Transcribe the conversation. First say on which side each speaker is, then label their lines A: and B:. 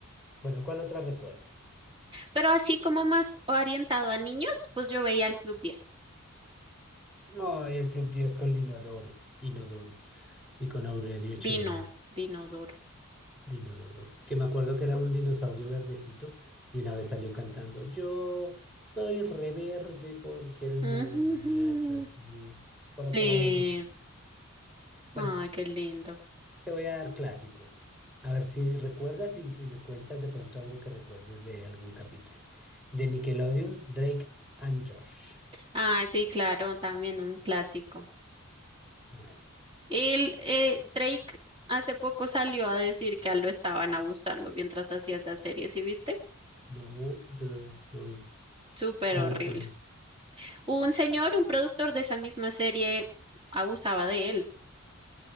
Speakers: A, in the centre; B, on the right (about 25°).
A: Bueno, ¿cuál otra recuerdas?
B: Pero así como más orientado a niños, pues yo veía el Club 10.
A: Ay, el Club 10 con Linodoro, Inodoro y con Aurelio Echeverri,
B: Dino, Dinodoro.
A: Dinodoro, que me acuerdo que era un dinosaurio verdecito y una vez salió cantando, yo soy reverde porque el mundo
B: Ujujujú.
A: me ha hecho así, por lo
B: Sí.
A: que era verde. Bueno,
B: Ay, qué lindo.
A: te voy a dar clásicos, a ver si recuerdas y, y me cuentas de pronto algo que recuerdes de algún capítulo. De Nickelodeon, Drake and George.
B: Ay, sí, claro, también un clásico.
A: Ah, Bueno,
B: El eh, Drake hace poco salió a decir que a él lo estaban abusando mientras hacía esa serie, ¿sí viste?
A: no, yo no, no vi.
B: Súper
A: ¿Cómo
B: horrible.
A: así?
B: Un señor, un productor de esa misma serie, abusaba de él.